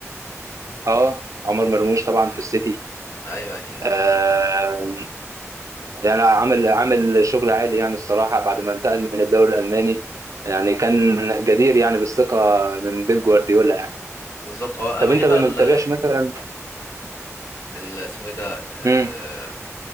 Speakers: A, on the right; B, on the left.
A: أه عمر مرموش طبعا في السيتي
B: ايوه يعني
A: آه يعني عامل عامل شغل عالي يعني الصراحة بعد ما انتقل من الدوري الألماني يعني كان
B: امم
A: جدير يعني بالثقة من بيب جوارديولا يعني
B: بالظبط اه
A: طب
B: الوحيد
A: أنت ما
B: بقى ال
A: بتتابعش مثلا
B: ال- اسمه ايه ده آه،
A: امم